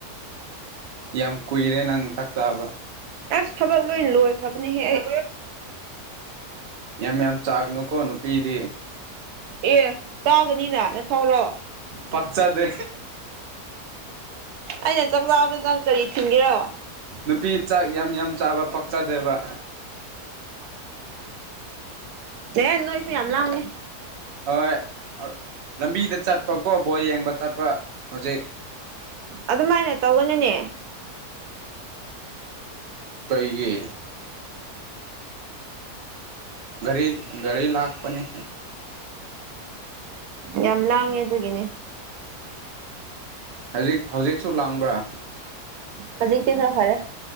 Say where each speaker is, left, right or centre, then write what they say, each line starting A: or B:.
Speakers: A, on the right; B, on the right.
A: ꯌꯥꯝ ꯀꯨꯏꯔꯦ ꯅꯪ ꯊꯥꯛ ꯇꯥꯕ
B: ꯑꯦꯁ ꯊꯕꯛ ꯂꯣꯏꯟ ꯂꯣꯏꯈ꯭ꯔꯕꯅꯦꯍꯦ ꯑꯩ
A: ꯌꯥꯝ ꯌꯥꯝ ꯆꯥꯒꯅꯨꯀꯣ ꯅꯨꯄꯤꯗꯤ
B: ꯑꯦ ꯆꯥꯒꯅꯤꯅ ꯅꯊꯧꯔꯣ
A: ꯄꯥꯛꯆꯥꯗꯦ
B: ꯑꯩꯅ ꯆꯥꯛ ꯆꯥꯕꯗ ꯅꯪ ꯀꯔꯤ ꯊꯤꯡꯒꯦꯔꯣ
A: ꯅꯨꯄꯤ ꯆꯥꯛ ꯌꯥꯝ ꯌꯥꯝ ꯆꯥꯕ ꯄꯥꯛꯆꯗꯦꯕ
B: ꯍ ꯅꯣꯏꯁꯦ ꯌꯥꯝ ꯂꯥꯡꯉꯦ
A: ꯍꯣꯏ ꯑꯥ ꯂꯝꯕꯤꯗ ꯆꯠꯄꯀꯣ ꯕꯣꯜ ꯌꯦꯡꯕ ꯆꯠꯄ ꯍꯧꯖꯤꯛ
B: ꯑꯗꯨꯃꯥꯏꯅ ꯇꯧꯒꯅꯨꯅꯦ
A: ꯀꯩꯒꯤ ꯒꯥꯔꯤ ꯒꯥꯔꯤ ꯂꯥꯛꯄꯅꯤ
B: ꯌꯥꯝ ꯂꯥꯡꯉꯦ ꯑꯗꯨꯒꯤꯅꯤ
A: ꯍꯖꯤꯛ ꯍꯧꯖꯤꯛꯁꯨ ꯂꯥꯡꯕ꯭ꯔꯥ
B: ꯍꯧꯖꯤꯛꯇꯤ ꯈꯔ ꯐꯔꯦ